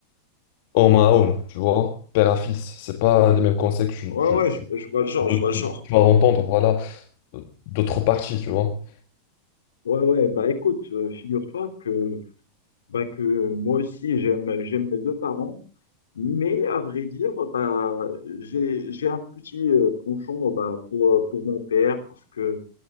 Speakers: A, on the left; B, on the left.
A: homme à homme, tu vois, père à fils. C'est pas les mêmes conseils que tu,
B: Ouais,
A: tu,
B: ouais,
A: tu-
B: je, je vois le genre,
A: de-
B: je vois
A: tu-
B: le genre.
A: tu vas entendre, voilà, euh, d'autres parties, tu vois.
B: Ouais, ouais, bah écoute, euh, figure-toi que, bah, que moi aussi, j'aime, j'aime mes deux parents, mais à vrai dire, bah, j'ai, j'ai un petit euh, penchant bah, pour, euh, pour mon père parce que